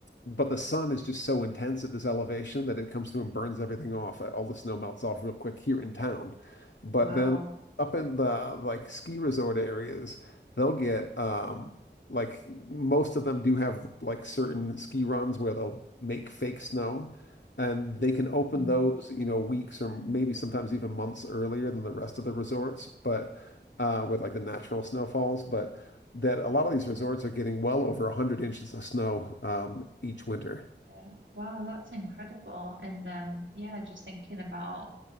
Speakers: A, on the left; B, on the right.
A: but the sun is just so intense at this elevation that it comes through and burns everything off. Uh, All the snow melts off real quick here in town. But
B: Wow.
A: then up in the like ski resort areas, they'll get um like most of them do have like certain ski runs where they'll make fake snow. And they can open
B: Mm.
A: those, you know, weeks or maybe sometimes even months earlier than the rest of the resorts, but uh, with like the natural snowfalls. But that a lot of these resorts are getting well over 100 inches of snow um, each winter.
B: Yeah. Wow, that's incredible. And um, yeah, just thinking about